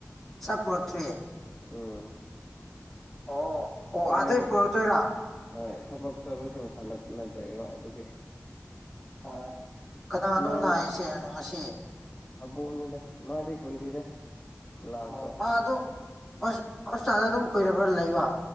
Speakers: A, in the centre; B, on the left (about 25°).
A: ꯆ ꯄꯨꯔꯛꯇ꯭ꯔꯤꯌꯦ
B: ꯎꯝ
A: ꯑꯣ ꯑꯣ
B: ꯃꯣꯏ
A: ꯑꯇꯩꯩ ꯄꯨꯣ ꯇꯔ
B: ꯍꯣꯏ ꯊꯕꯛ ꯆꯠꯕꯁꯤꯡ ꯍꯜꯂꯛꯅꯗ꯭ꯔꯕ ꯑꯗꯨꯒꯤ
A: ꯑꯣ ꯀꯅꯥꯅꯣ
B: ꯏꯅꯥꯎ
A: ꯅꯥꯏꯁꯦ ꯉꯁꯤ
B: ꯑꯕꯣꯛꯅꯤꯗ ꯃꯥꯗꯤ ꯀꯨꯏꯗ꯭ꯔꯤꯗ ꯂꯥꯛꯄ
A: ꯑꯣ ꯃꯥ ꯑꯗꯨ ꯍꯣꯁꯄꯤꯇꯥꯜꯗ ꯑꯗꯨꯝ ꯀꯨꯏꯔꯕ꯭ꯔꯥ ꯂꯩꯕ